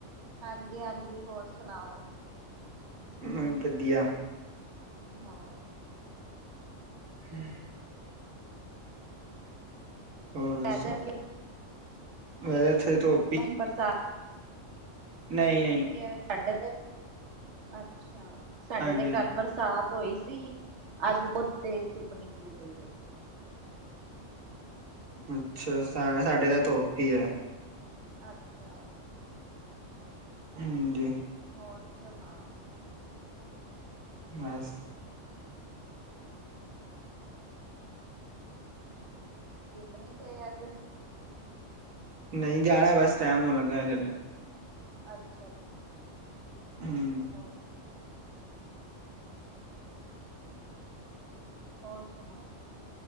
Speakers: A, on the right; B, on the right.
A: ਹਾਂਜੀ ਹਾਂਜੀ ਹੋਰ ਸੁਣਾਓ।
B: ਮੈਂ ਵੀ ਵਧੀਆ।
A: ਹੋਰ।
B: <inaudible> ਹੋਰ ਦੱਸੋ,
A: ਵੈਦਰ ਕਿਵੇਂ,
B: <unintelligible> ਇੱਥੇ ਤੋਂ।
A: ਐ ਬਰਸਾ।
B: ਨਹੀਂ ਨਹੀਂ,
A: ਉਹ ਕੀਆ, ਸਾਡੇ ਤੇ, ਅੱਛਾ, ਸਾਡੇ
B: ਹਾਂਜੀ,
A: ਤੇ ਘਰ ਬਰਸਾ। ਹੋਈ ਸੀ। ਅੱਜ ਬੋਤ ਤੇਜ਼ ਧੁੱਪ ਨਿਕਲੀ ਹੋਈ ਐ।
B: ਅੱਛਾ, ਸਾਰਾ ਸਾਡੇ ਤਾਂ ਧੁੱਪ ਈ ਐ।
A: ਅੱਛਾ।
B: ਹਾਂਜੀ।
A: ਹੋਰ ਸੁਨਾਓ।
B: ਬਸ।
A: ਜਿੰਮ ਨੀ ਗਏ ਅੱਜ?
B: ਨਈ, ਜਾਣਾ ਬਸ ਟਾਈਮ ਹੋਣ ਲੱਗਾ ਚੱਲੇ।
A: ਅੱਛਾ।
B: ਹੂੰ।
A: ਹੋਰ ਹੋਰ ਸੁਨਾਓ।